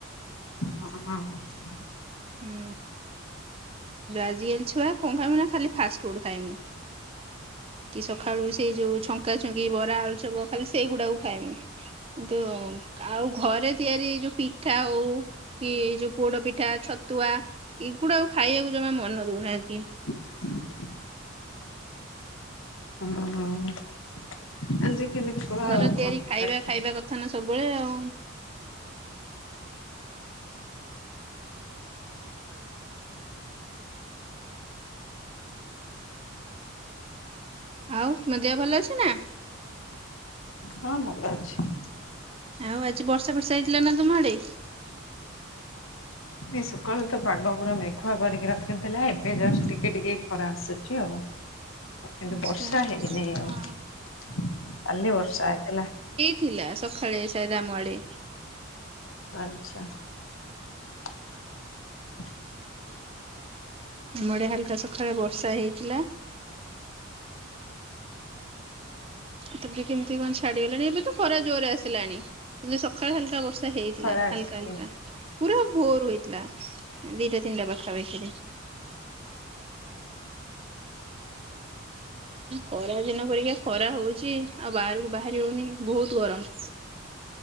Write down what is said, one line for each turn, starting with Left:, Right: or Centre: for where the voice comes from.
Left: ଓ ହଁ ହିଁ।
Right: ହଁ ଆଜିକାଲି ଛୁଆ କଣ ଖାଇମୁ ନା ଖାଲି ଫାଷ୍ଟ ଫୁଡ୍ ଖାଇବୁ। କି ସକାଳୁ ସେଇ ଯୋଉ ଛଙ୍କା ଛୁଙ୍କି ବରା ଆଳୁ ଚପ ଖାଲି ସେଇଗୁଡାକୁ ଖାଇବୁ। କିନ୍ତୁ ଆଉ ଘରେ ତିଆରି ଯୋଉ ପିଠା ହଉ କି ଏଇ ଯୋଉ ପୋଡ ପିଠା ଛତୁଆ ଏଇଗୁଡା ଖାଇବାକୁ ଜମା ମନ ଦଉନାହାନ୍ତି।
Left: <inaudible> ଓ <unintelligible> ଆଜି କେମିତି କହ
Right: ଘର ତିଆରି
Left: <unintelligible>
Right: ଖାଇବା <unintelligible> ସବୁବେଳେ ଆଉ। ଆଉ ତମ ଦେହ ଭଲ ଅଛି ନା?
Left: ହଁ ଭଲ ଅଛି।
Right: ଆଉ ଆଜି ବର୍ଷା ବର୍ଷା ହେଇଥିଲା ନା ତମ ଆଡେ?
Left: ଏ ସକାଳୁ ତ ପାଗ ପୁରା ମେଘୁଆ କରିକି ରଖିଥିଲା ଏବେ ଜଷ୍ଟ ଟିକେ ଟିକେ ଖରା ଆସୁଛି ଆଉ। କିନ୍ତୁ
Right: ଆଚ୍ଛା
Left: ବର୍ଷା ହେଇନିଁ ଆଉ
Right: ହଁ।
Left: କାଲି ବର୍ଷା ହେଇଥିଲା।
Right: ଥିଲା ସକାଳେ <unintelligible> ଆମ ଆଡ଼େ।
Left: ଆଚ୍ଛା। <unintelligible>
Right: ଆମ ଆଡ଼େ ହାଲକା ସକାଳେ ବର୍ଷା ହେଇଥିଲା। ତାପରେ କେମିତି କଣ ଛାଡିଗଲାଣି ଏବେ ତ ଖରା ଜୋରରେ ଆସିଲାଣି। କିନ୍ତୁ ସକାଳେ ହାଲକା ବର୍ଷା ହେଇଥିଲା
Left: ଖରା
Right: ହାଲକା
Left: ଆସିନି
Right: ହାଲକା। ପୁରା ଭୋର ହୋଇଥିଲା ଦିଇଟା ତିନିଟା ପାଖା ପାଖିରେ। ଖରା ଦିନ ପରିକା ଖରା ହୋଉଛି ଆଉ ବାହାରକୁ ବାହାରି ହୋଉନି ବୋହୁତ ଗରମ।